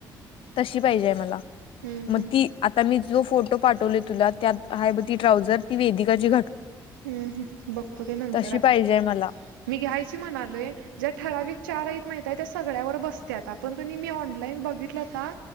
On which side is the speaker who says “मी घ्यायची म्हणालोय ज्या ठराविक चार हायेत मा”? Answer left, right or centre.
Right